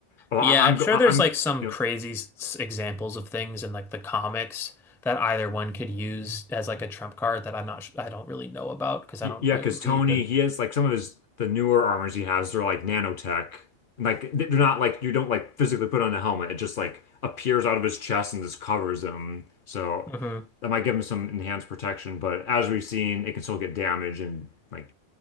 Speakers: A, on the left (about 55°); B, in the centre.
A: Well,
B: Yeah,
A: I, I'm
B: I'm
A: go-
B: sure
A: I-
B: there's
A: I'm
B: like
A: go-
B: some
A: you
B: crazy
A: know
B: s- examples of things in like the comics that either one could use as like a trump card that I'm not, sh- I don't really know about because I
A: y-
B: don't
A: yeah,
B: like
A: because Tony
B: read the.
A: he has like some of his the newer armors he has they're like nanotech like they're not like you don't like physically put on a helmet it just like appears out of his chest and just covers him. So
B: Mhm.
A: that might give him some enhanced protection, but as we've seen, it can still get damaged and like